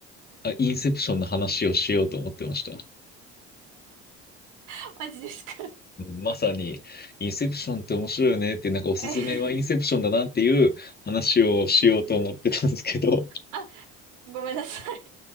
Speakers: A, on the left; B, on the right.
A: あインセプションの話をしようと思ってました。
B: <laughs> マジですか
A: うんまさに、インセプションって面白いよねって、なんかおすすめはインセプションだなっていう話をしようと思ってたんですけど、
B: <laughs> えあ、ごめんなさい